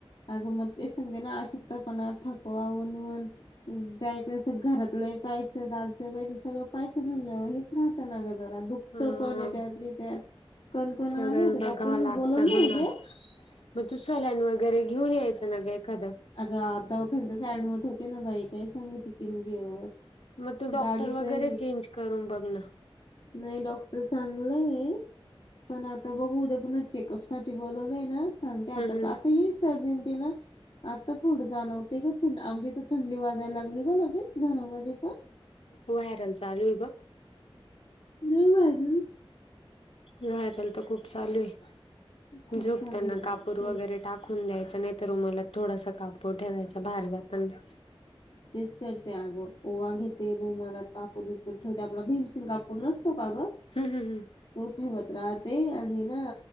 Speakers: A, on the left; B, on the left.
A: आग म तेच सांगते ना आशक्तपणाा थाकवा वणवण त्या इकडे सग घरातलंही पाहाचं दारचही पायचं सगळं पाहिजं म्हणलं हेच राहतं ना ग जरा दुख
B: हा
A: तो पण अहे त्यातली त्यात कणकण
B: सगळं
A: आली होती
B: बघावं
A: डॉक्टरनी
B: लागतं
A: बोलवलय
B: हो
A: उद्या.
B: ना मग तू सलाइन वगैरे घेऊन यायचं ना ग एखादं.
A: अग आ दवाखान्यातच ऍडमिट होते ना बाई काय सांगते तीन दिवस.
B: म तू डॉक्टर
A: गाडीच
B: वगैरे
A: हे
B: चेंज करून बघ ना.
A: नाही डॉक्टर चांगलंय हे. पण आता बघू उद्या पुन्हा चेकअप साठी बोलवलंय ना सांगते आता
B: हम्म हम्म.
A: का आता हे सर्दीन ते ना आता थोडं जाणवतय ग थ आमच्या इथ थंडी वाजायला लागली ग लगेच घरामध्ये पण.
B: व्हायरल चालू आहे ग.
A: लई व्हायरल
B: व्हायरल तर खूप चालू आहे
A: खूप
B: झोपताना
A: झाली आहे
B: कापूर
A: खूप
B: वगैरे टाकून द्यायचं नाहीतर रुमालात थोडासा कापूर ठेवायचा बाहेर जाताना
A: तेच करते अगं ओवा घेते रूमलात कापूर ठेवते आपला भीमसेनी कापूर नसतो का ग?
B: हम् हम्
A: तो ठेवत राहते आणि ना